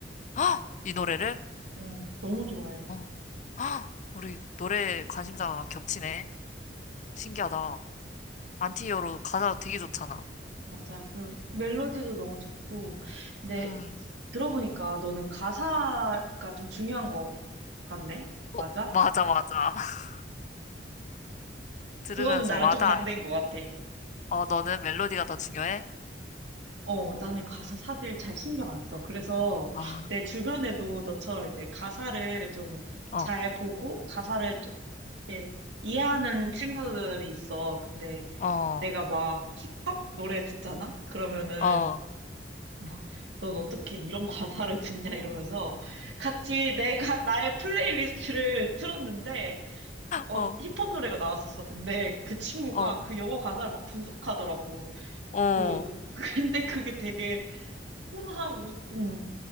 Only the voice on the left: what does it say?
헉! 이 노래를?
어, 헉! 우리 노래 관심사가
겹치네. 신기하다. 안티히어로 가사가 되게 좋잖아.
음,
어, 맞아, 맞아. <laughs> 들으면서
마다,
어, 너는 멜로디가 더 중요해?
아,
어,
어, 어,
어,
어,
어,
어.